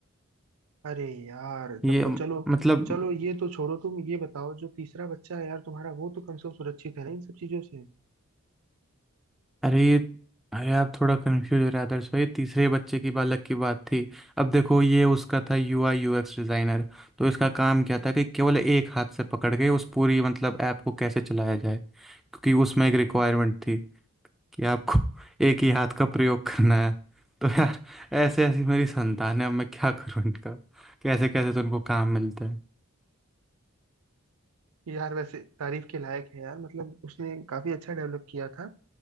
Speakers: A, on the right; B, in the centre.
A: अरे यार
B: ये
A: तब तो
B: मतलब
A: चलो चलो ये तो छोड़ो तुम ये बताओ जो तीसरा बच्चा है यार तुम्हारा वो तो कम से कम सुरक्षित है ना इन सब चीजों से
B: अरे ये अरे आप थोड़ा कंफ्यूज हो रहे हैं आदर्श भाई तीसरे बच्चे की बालक की बात थी अब देखो ये उसका था यूआई यूएक्स डिजाइनर तो इसका काम क्या था कि केवल एक हाथ से पकड़ के उस पूरी मतलब ऐप को कैसे चलाया जाए क्योंकि उसमें एक रिक्वायरमेंट थी कि आपको <laughs> एक ही हाथ का प्रयोग करना है तो यार ऐसे ऐसी मेरी संतान है अब मैं क्या करूँ इनका कैसे कैसे तो उनको काम मिलता है
A: यार वैसे तारीफ के लायक है यार मतलब उसने काफी अच्छा डेवलप किया था